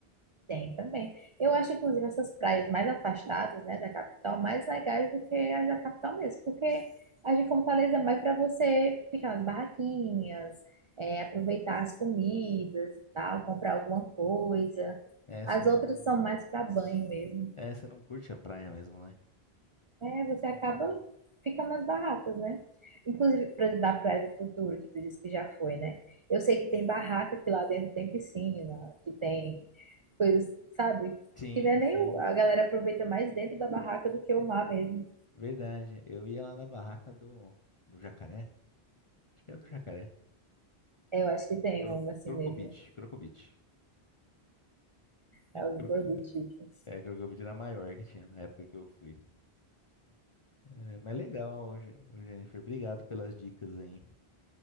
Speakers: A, on the right; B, on the left.
A: Tem também. Eu acho, inclusive, essas praias mais afastadas, né, da capital, mais legais do que as da capital mesmo, porque as de Fortaleza é mais para você ficar nas barraquinhas, é, aproveitar as comidas e tal, comprar alguma coisa.
B: É,
A: As
B: você não.
A: outras são mais para banho mesmo.
B: É, você não curte a praia mesmo, né?
A: É, você
B: Uhum.
A: acaba ficando nas barracas, né? Inclusive, pra- da Praia do Futuro, que tu disse que já foi, né? Eu sei que tem barraca que lá dentro tem piscina, que tem coisas, sabe?
B: Sim,
A: Que não é nem
B: sim.
A: o- a galera aproveita mais dentro da barraca do que o mar mesmo.
B: Verdade. Eu ia lá na barraca do, do jacaré. Acho que era do jacaré.
A: É, eu acho que tem
B: Cro-
A: um assim
B: Crocobit,
A: mesmo,
B: Crocobit.
A: algo
B: Croco-
A: do tipo.
B: É, é, Crocobit era a maior que tinha na época que eu fui. É, mas legal, Gen- Jennifer. Obrigado pelas dicas aí.